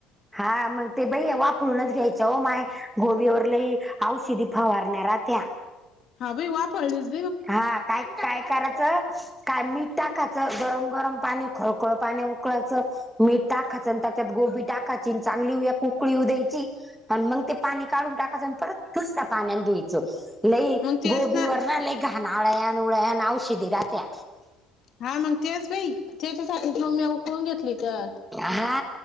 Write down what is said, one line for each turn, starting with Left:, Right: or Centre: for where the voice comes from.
Centre: हा मग ते बई वाफरलूनच घ्यायचं हो माय गोबिवर लई औषधी फावारण्या रा त्या्या
Left: हा भाई वा पळलीच.
Centre: हा काय काय करायचं? काय मीठ टाकायचं गरम गरम पाणी खळखळ पाणी उकळायचं. मीठ टाकायचं आणि त्याच्यात गोबी टाकायची चांगली ककळीऊ द्यायची. आणि मग ते पाणी काढून टाकायचं आणि परत दुसरा पाण्या धुवायचं लई
Left: मग तेच
Centre: गोबीवर ना लई घाान आळ्यान उळ्यान औ शिदीीरा त्या
Left: हा मग तेच बाई त्याच्यासाठी मग मी उकळून घेतली तर
Centre: हा